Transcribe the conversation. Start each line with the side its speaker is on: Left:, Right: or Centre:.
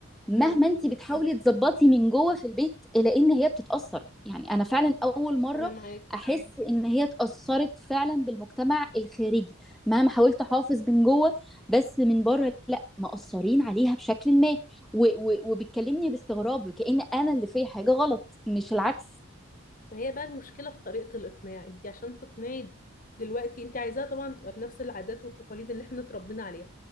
Centre: مهما
Left: امم
Centre: انت بتحاولي تظبطي من جوه في البيت الا ان هي بتتاثر يعني انا فعلا اول مره
Left: انا معاكي
Centre: احس ان هي اتاثرت فعلا بالمجتمع الخارجي مهما حاولت احافظ من جوه بس من بره لا مقصرين عليها بشكل ما و- و- وبتكلمني باستغراب وكأن انا اللي في حاجه غلط مش العكس
Left: ما هي بقى المشكله في طريقه الاقناع انت عشان تقنعي دلوقتي انت عايزاها طبعا تبقى بنفس العادات والتقاليد اللي احنا اتربينا عليها